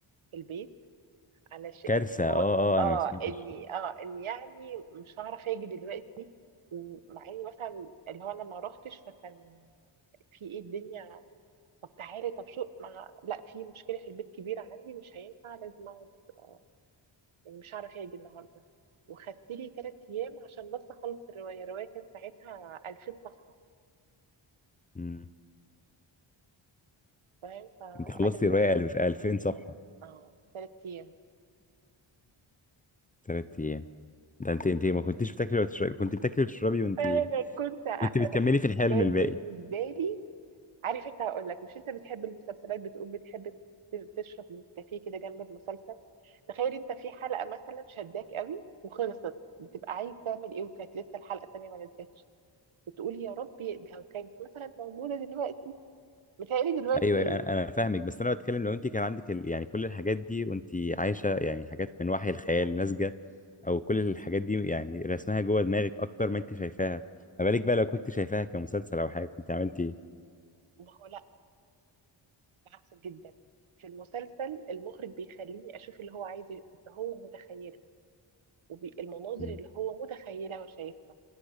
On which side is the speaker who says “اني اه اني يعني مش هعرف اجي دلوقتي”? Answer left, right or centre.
Right